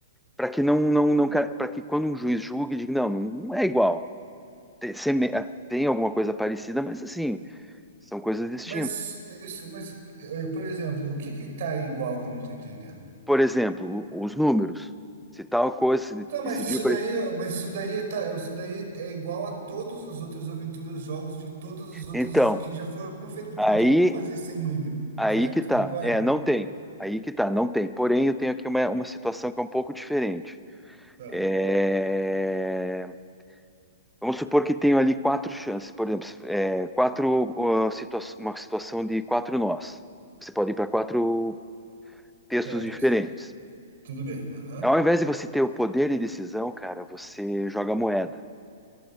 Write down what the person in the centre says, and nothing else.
para que não, não, não para que quando um juiz julgue, diga, não, não, não é igual. Tem, seme- tem alguma coisa parecida, mas assim, são coisas distintas.
Por exemplo, o- os números. Se tal coisa se
decidiu
por...
Então,
aí,
aí
que tá.
É, não tem. Aí que tá, não tem. Porém, eu tenho aqui uma, uma situação que é um pouco diferente.
É, Vamos supor que tenho ali quatro chances, por exemplo, é, quatro, ó, situa- uma situação de quatro nós. Você pode ir para quatro textos
diferentes.
Ao invés de você ter o poder de decisão, cara, você joga a moeda,